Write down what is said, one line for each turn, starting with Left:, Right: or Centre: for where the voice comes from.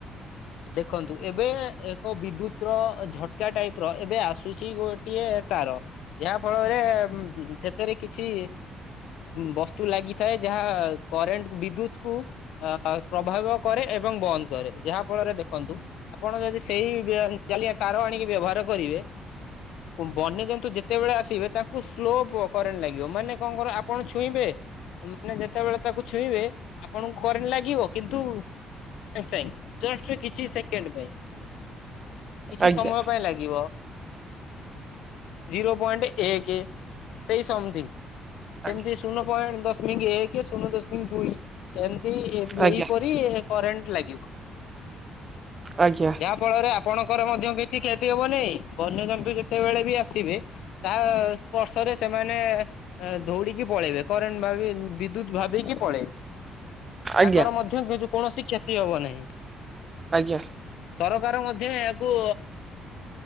Left: ଦେଖନ୍ତୁ ଏବେ ଏକ ବିଦ୍ୟୁତ୍ ର ଝଟକା ଟାଇପ୍ ର ଏବେ ଆସୁଚି ଗୋ ଟିଏ ତାର ଯାହା ଫଳରେ ସେଥିରେ କିଛି ବସ୍ତୁ ଲାଗିଥାଏ ଯାହା କରେଣ୍ଟ ବିଦ୍ୟୁତ୍ କୁ ଆ ପ୍ରଭାବ କରେ ଏବଂ ବନ୍ଦ କରେ ଯାହା ଫଳରେ ଦେଖନ୍ତୁ ଆପଣ ଯଦି ସେଇ ଜାଲି ତାର ଆଣିକି ବ୍ୟବହାର କରିବେ। ବନ୍ୟଜନ୍ତୁ ଯେତେବେଳେ ଆସିବେ ତାଙ୍କୁ ସ୍ଲୋ କରେଣ୍ଟ୍ ଲାଗିବ ମାନେ କଣ କର ଆପଣ ଛୁଇଁବେ ମାନେ ଯେତେବେଳେ ତାକୁ ଛୁଇଁବେ ଆପଣଙ୍କୁ କରେଣ୍ଟ ଲାଗିବ କିନ୍ତୁ ସେଇଁ ଜଷ୍ଟ କିଛି ସେକେଣ୍ଡ୍ ପାଇଁ କିଛି
Right: ଆଜ୍ଞା
Left: ସମୟ ପାଇଁ ଲାଗିବ। ଜିରୋ ପଏଣ୍ଟ ଏକ ସେଇ ସମଥିଙ୍ଗ୍
Right: ଆଜ୍ଞା
Left: ସେମିତି ଶୂନ ପଏଣ୍ଟ ଦଶମିକ ଏକ ଶୂନ ଦଶମିକ ଦୁଇ ଏମତି ଏ
Right: ଆଜ୍ଞା
Left: ଏଇପରି କରେଣ୍ଟ ଲାଗିବ।
Right: ଆଜ୍ଞା।
Left: ଯହା ଫଳରେ ଆପଣଙ୍କର ମଧ୍ୟ କିଛି କ୍ଷତି ହବନି ବନ୍ୟଜନ୍ତୁ ଯେତେବେଳେ ବି ଆସିବେ ତା ସ୍ପର୍ଶରେ ସେମାନେ ଦଉଡିକି ପଳେଇବେ କରେଣ୍ଟ ଭ ବିଦ୍ୟୁତ ଭାବିକି ପଳେଇବେ।
Right: ଆଜ୍ଞା
Left: ତାଙ୍କର ମଧ୍ୟ କି କୌଣସି କ୍ଷତି ହବ ନାହିଁ।
Right: ଆଜ୍ଞା।
Left: ସରକାର ମଧ୍ୟ ଏହାକୁ